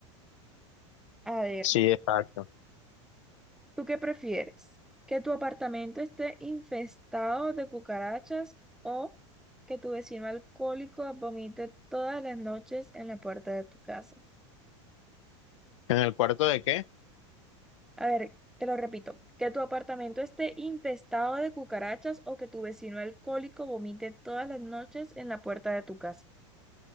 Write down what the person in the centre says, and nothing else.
A ver,
¿tú qué prefieres? ¿Que tu apartamento esté infestado de cucarachas o que tu vecino alcohólico vomite todas las noches en la puerta de tu casa?
A ver, te lo repito, que tu apartamento esté infestado de cucarachas o que tu vecino alcohólico vomite todas las noches en la puerta de tu casa.